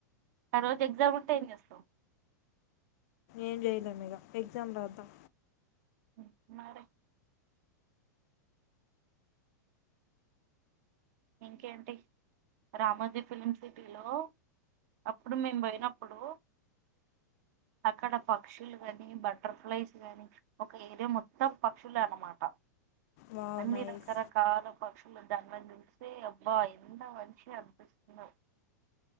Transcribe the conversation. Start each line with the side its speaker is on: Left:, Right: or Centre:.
Right: ఆ రోజు ఎగ్జామ్ ఉంటే ఏం చేస్తావ్
Left: ఏం చేయలే మీగా ఎగ్జామ్ రాద్దాం
Right: హు మరే ఇంకేంటి రామోజీ ఫిలిం సిటీలో అప్పుడు మేము పోయినప్పుడు అక్కడ పక్షులు గాని బటర్ఫ్లైస్ గాని ఒక ఏరియా మొత్తం పక్షులు అనమాట
Left: వావ్
Right: అన్ని
Left: నైస్
Right: రకరకాల పక్షులు ద్దాబ రే అబ్బా ఎంత మంచిగా కనిపిస్తున్నా